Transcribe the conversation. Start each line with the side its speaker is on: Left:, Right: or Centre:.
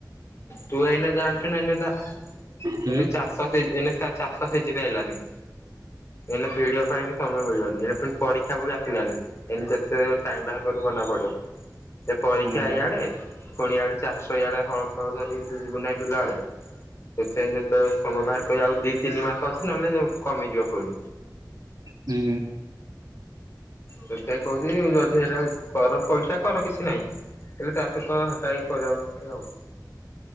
Left: ତୁ ଏଇନା ଜାଣିଛୁ ନା ଏଇନା ଦା, ଏଇନା
Right: ହୁଁ
Left: ଚା। ସତେଜ୍ ଏଇନା <unintelligible> ଚାଷ ସିଜିନ୍ ଆଇଲାନି। ଏଇନା ଭିଡିଓ ପାଇଁ ବି ସମୟ ମିଳିବନି ଏଣେ ପୁଣି ପରୀକ୍ଷା ବି ଆସିଲାନି। ଏଇନେ ଯେତେ ଟାଇମ୍ ବାହାର କରିବ ଭଲ ପଢ଼ିବ। ପରୀକ୍ଷା
Right: ହଁ ପରା
Left: ଇଆଡ଼େ ପୁଣି ଆଡ଼େ ଚାଷ ଇଆଡ଼େ ହଳ ଫଳ ଧରିକି ତୁ ଯିବୁ ନାହିଁ ବିଲ ଆଡ଼େ। ସେଥିପାଇଁ ଯେତଳେ ସମୟ ବାହାର କରି ଆଉ ଦି ତିନି ମାସ ଅଛି ନହେଲେ କମିଯିବ ପୁଣି।
Right: ହୁଁ
Left: ସେଥିପାଇଁ କହୁଛି ଯଦି ହେରିକାକୁ କର ପଇସା କର କିଛି ନାହିଁ। ହେଲେ ତା ସହିତ ହେଟାବି ଖରାପଟେ ଆଉ।